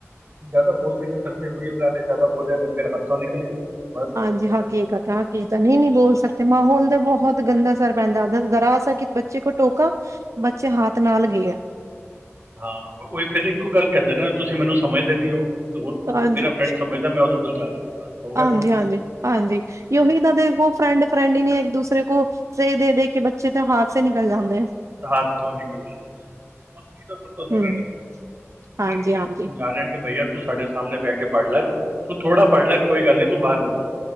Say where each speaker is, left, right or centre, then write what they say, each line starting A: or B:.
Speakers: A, on the right; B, on the right.
A: ਜ਼ਿਆਦਾ ਬੋਲ ਜ ਸਰ ਪੇ ਉਹੀ ਉਗਾੇ ਜ਼ਿਆਦਾ ਬੋਲੇ ਨੇ ਫਿਰ ਹੱਥੋਂ ਨਿਕਲ ਗਏ ਬਸ
B: ਹਾਂਜੀ। ਹਾਕੀਕ ਤਾਂ ਹਾਕੀਕਤ ਨਹੀਂ ਨੀ ਬੋਲ ਸਕਦੇ ਮਾਹੌਲ ਦੇ ਬਹੁਤ। ਗੰਦਾ ਸਰਰ ਪੈਂਦਾ ਉਹ ਦਰਾਸ ਆ ਕਿ ਬੱਚੇ ਕੋਲ ਟੋਕਾ ਬੱਚੇ ਹੱਥ ਨਾਲ ਗਏ ਆ
A: ਹਾਂ ਉ ਫਿਰ ਇੱਕੋ ਗੱਲ ਕਹਿੰਦੇ ਨਾ ਤੁਸੀਂ ਮੈਨੂੰ ਸਮਝਦੇ ਨੀ ਉਹ
B: ਹਾਂਜੀ,
A: ਮੇਰਾ ਫਰੈਂਡ ਸਮਝਦਾ ਮੈਂ ਉਹਦੇ ਕੋਲ ਜਾ ਰਿਹਾ। ਬਸ ਹੋ ਗਿਆ
B: ਹਾਂਜੀ,
A: ਕੰਮ
B: ਹਾਂਜੀ ਹਾਂਜੀ ਉਹੀ ਤਾਂ ਦੇ ਕੋਲ ਫਰੈਂਡ ਫਰੈਂਡ ਹੀ ਨਹੀਂ ਇੱਕ ਦੂਸਰੇ ਕੋਲ ਸਹੀ ਦੇ, ਦੇ ਕੇ ਬੱਚੇ ਤੇ ਹਾਦਸੇ ਨਿਕਲ ਜਾਂਦੇ।
A: ਹੱਥ ਧ ਨਿਕਲਦਾ। ਚਜ਼ ਤਾਂ ਸਭ ਤੋਂ ਜ਼ਿਆਦਾ
B: ਹੂੰ
A: ਡਰ ਨਹੀਂ
B: ਹਾਂਜੀ,
A: ਮੈਂਨੂੰ
B: ਹਾਂਜੀ।
A: ਸਮਝਾ ਰਿਹਾ ਕਿ ਬਈਆ ਤੂੰ ਸਾਡੇ। ਸਾਹਮਣੇ ਬਹਿ ਕੇ ਪੜ੍ਹ ਲੈ ਤੂੰ ਥੋੜਾ ਪੜ੍ਹ ਲੈ ਕੋਈ ਗੱਲ ਨੀ ਤੂੰ ਬਾਹਰ ਨਾ ਜਾ